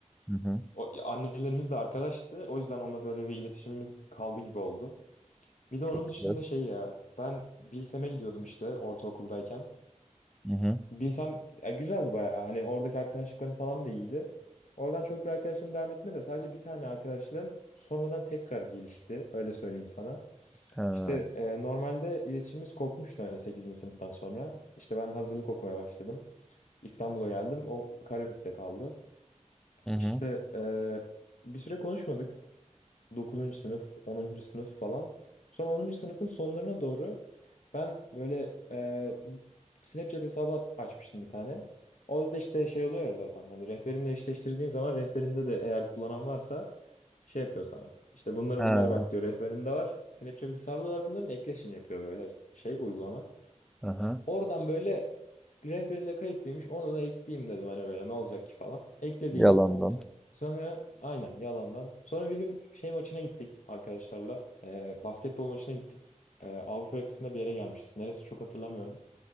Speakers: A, in the centre; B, on the left.
A: Hı hı.
B: O, annelerimiz de arkadaştı. O yüzden onunla böyle bir iletişimimiz kaldı gibi oldu. Bir de
A: Çok
B: onun
A: güzel.
B: dışında şey ya ben Bilsem'e gidiyordum işte ortaokuldayken.
A: Hı hı.
B: Bilsem ya güzeldi bayağı. Hani oradaki arkadaşlıklarım falan da iyiydi. Oradan çok bir arkadaşlığım devam etmedi de sadece bir tane arkadaşlığım sonradan tekrar gelişti. Öyle söyleyeyim sana.
A: Ha.
B: İşte e, normalde iletişimimiz kopmuştu hani sekizinci sınıftan sonra. İşte ben hazırlık okumaya başladım. İstanbul'a geldim. O Karabük'te kaldı.
A: Hı hı.
B: İşte e, bir süre konuşmadık. Dokuzuncu sınıf, onuncu sınıf falan. Sonra onuncu sınıfın sonlarına doğru ben böyle e, Snapchat hesabı at- açmıştım bir tane. Orada da işte şey oluyor ya zaten hani rehberinle eşleştirdiğin zaman rehberinde de eğer kullanan varsa şey yapıyor sana. İşte bunları
A: Ha.
B: bunları bak diyor rehberinde var. Snapchat hesabı da var bunların ekleşin yapıyor böyle şey uygulama.
A: Aha.
B: Oradan böyle rehberimde kayıtlıymış onu da ekleyeyim dedim hani böyle ne olacak ki falan. Eklediydim.
A: Yalandan.
B: Sonra aynen yalandan. Sonra bir gün şey maçına gittik arkadaşlarla. Ee, basketbol maçına gittik. Ee, Avrupa yakasında bir yere gelmiştik. Neresi çok hatırlamıyorum.